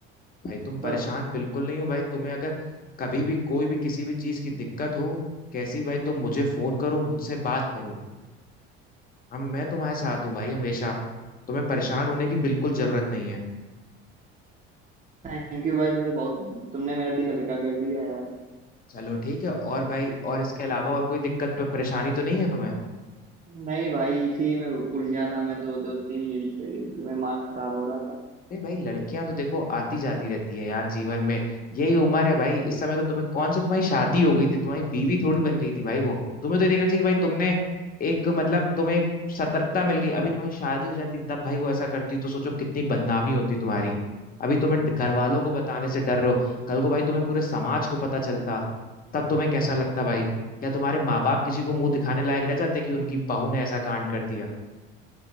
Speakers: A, on the left; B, on the right.
A: भाई तुम परेशान
B: सब
A: बिल्कुल नहीं हो भाई तुम्हें अगर कभी भी कोई भी किसी भी चीज की दिक्कत हो कैसी भाई तुम मुझे फोन करो मुझसे बात करो हम मैं तुम्हारे साथ हूँ भाई हमेशा तुम्हें परेशान होने की बिल्कुल जरूरत नहीं है
B: थैंक यू भाई तुमसे बहुत तुमने मेरा दिल हल्का कर दिया यार
A: चलो ठीक है और भाई और इसके अलावा और कोई दिक्कत पे परेशानी तो नहीं है तुम्हें
B: नहीं भाई इसी में उलझा था मैं दो दो तीन दिन से कि दिमाग खराब हो रहा था
A: अरे भाई लड़कियां तो देखो आती जाती रहती है यार जीवन में यही उम्र है भाई इस समय तो तुम्हें कौन सा तुम्हारी शादी हो गई थी तुम्हारी बीवी थोड़ी बन गई थी भाई वो तुम्हें तो ये देखना चाहिए कि भाई तुमने एक मतलब तुम्हें एक सतर्कता मिल गई अभी तुम्हारी शादी हो जाती तब भाई वो ऐसा करती तो सोचो कितनी बदनामी होती तुम्हारी अभी तुम्हें घर वालों को बताने से डर रहे हो कल को भाई तुम्हें पूरे समाज को पता चलता तब तुम्हें कैसा लगता भाई क्या तुम्हारे माँ बाप किसी को मुंह दिखाने लायक रह जाते कि उनकी बहू ने ऐसा कांड कर दिया